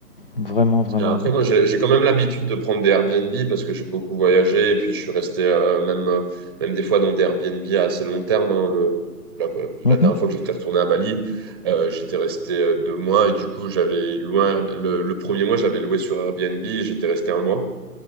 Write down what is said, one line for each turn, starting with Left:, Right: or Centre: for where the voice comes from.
Left: Vraiment, vraiment
Right: Et Après,
Left: embêtant.
Right: moi, j'ai j'ai quand même l'habitude de prendre des Airbnb parce que j'ai beaucoup voyagé et puis je suis resté euh, même, euh, même des fois dans des Airbnb à assez long terme. hein. le, la, euh,
Left: Mhm.
Right: la dernière fois que j'étais retourné à Bali, euh, j'étais resté euh, deux mois et du coup, j'avais loué un Airb- le, le premier mois, j'avais loué sur Airbnb, et j'étais resté un mois